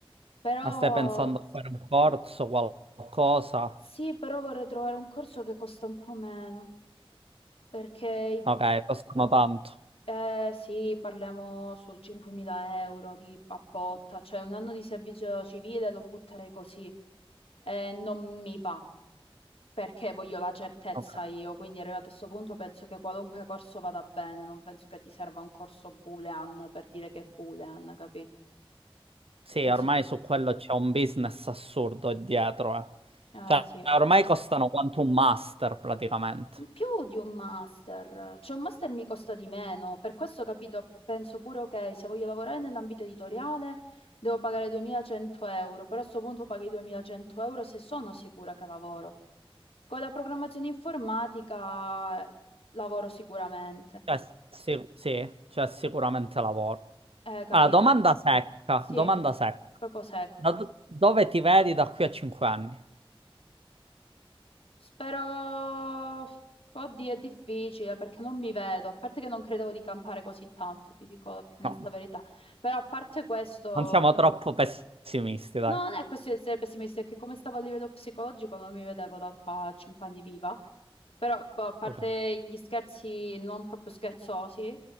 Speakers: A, on the left; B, on the right.
A: Però
B: Ma stai pensando a fare un corso, qualcosa?
A: sì, però vorrei trovare un corso che costa un po' meno, perché i
B: Ok, costano tanto.
A: Eh, sì, parliamo su 5.000 euro di a botta, cioè un anno di servizio civile lo butterei così. Eh, non mi va, perché voglio la certezza
B: Ok.
A: io, quindi arrivato a questo punto penso che qualunque corso vada bene, non penso che ti serva un corso boolean per dire che è boolean, capì?
B: Sì,
A: Penso
B: ormai
A: ti...
B: su quello c'è un business assurdo dietro, eh.
A: Eh,
B: Cioè,
A: sì.
B: ormai costano quanto un master praticamente.
A: Più di un master, cioè un master mi costa di meno, per questo capito, penso pure ok, se voglio lavorare nell'ambito editoriale devo pagare 2100 euro, però a sto punto paghi 2100 euro se sono sicura che lavoro. Con la programmazione informatica eh, lavoro sicuramente,
B: Cioè, sì, sì, c'è sicuramente lavoro.
A: eh, capito?
B: Ah, domanda secca,
A: Sì,
B: domanda secca.
A: proprio secca.
B: Da do- dove ti vedi da qui a 5 anni?
A: Spero, oddio, è difficile perché non mi vedo, a parte che non credevo di campare così tanto, ti dico la più onesta
B: No,
A: verità. Però a parte questo
B: non siamo troppo pessimisti, dai.
A: No, non è questione di essere pessimisti, è che come stavo a livello psicologico non mi vedevo da qua a 5 anni viva. Però, boh, a parte
B: Ok,
A: gli scherzi non proprio scherzosi,